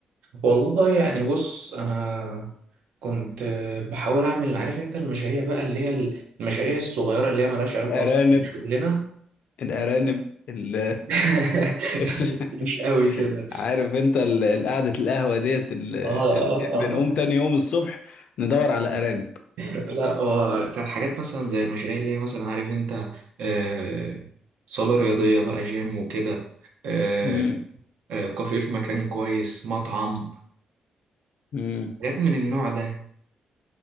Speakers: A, on the right (about 80°); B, on the left (about 60°).
A: والله يعني بص انا كنت بحاول اعمل عارف انت المشاريع بقى اللي هي المشاريع الصغيرة اللي هي ملهاش علاقة
B: الارانب
A: اصلا بشغلنا
B: الارانب ال...
A: <laughs>
B: <laughs>
A: مش قوي كده
B: عارف انت ال- ال- قعدة القهوة ديت ال... <laughs>
A: اه اه
B: ال- بنقوم
A: اه
B: تاني يوم الصبح ندور على ارانب
A: لا هو كان حاجات مثلا زي المشاريع اللي هي مثلا عارف انت آه، آه، صالة رياضية بقى جيم وكده آه،
B: مم.
A: آه، كافيه في مكان كويس مطعم
B: مم.
A: حاجات من النوع ده